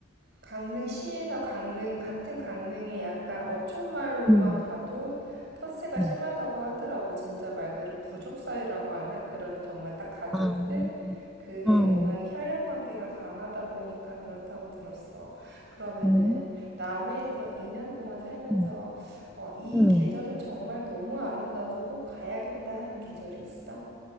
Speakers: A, on the right; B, in the centre.
A: 강릉시에서 강릉, 같은 강릉에 약간 어촌마을로만
B: 음.
A: 가도 텃세가
B: 음.
A: 심하다고 하더라고. 진짜 말 그대로 부족 사회라고 하나? 그런 정말 딱 가족들?
B: 아,
A: 그게
B: 어.
A: 워낙에 혈연 관계가 강하다 보니까 그렇다고 들었어. 그러면은
B: 음.
A: 남해에서 2년 동안 살면서
B: 음.
A: 어, 이
B: 음.
A: 계절은 정말 너무 아름다워서 꼭 가야겠다 하는 계절이 있어?